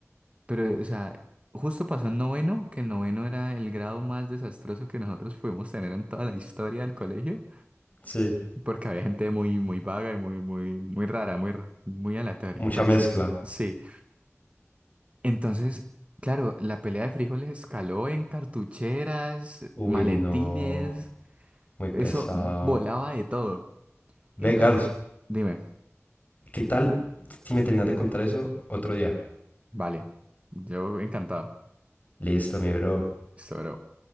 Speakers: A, on the right; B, on the left.
A: Pero, o sea, justo pasó en noveno, que el noveno era el grado más desastroso que nosotros pudimos tener en toda la historia del colegio,
B: Sí.
A: porque había gente muy, muy vaga y muy, muy, muy rara, muy, r- muy aleatoria,
B: Mucha
A: por así
B: mezcla.
A: decirlo. Sí. Entonces, claro, la pelea de frijoles escaló en cartucheras,
B: Uy,
A: maletines,
B: no. Muy
A: eso
B: pesado.
A: volaba de todo.
B: Ve,
A: Y entonces,
B: Gars,
A: dime,
B: ¿qué tal si me terminas de contar eso otro día?
A: vale, yo encantado.
B: Listo, mi bro.
A: Sobre